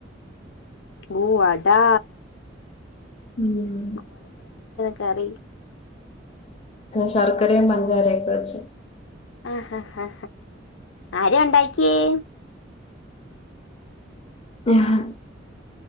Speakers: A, on the left; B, on the left.
A: ഓഹ് അതാ
B: ഉം.
A: <unintelligible> കറി
B: ശർക്കരയും പഞ്ചസാരയും വെച്ച്
A: ആ ആ ആരാ ഉണ്ടാക്കിയേ
B: ഹ്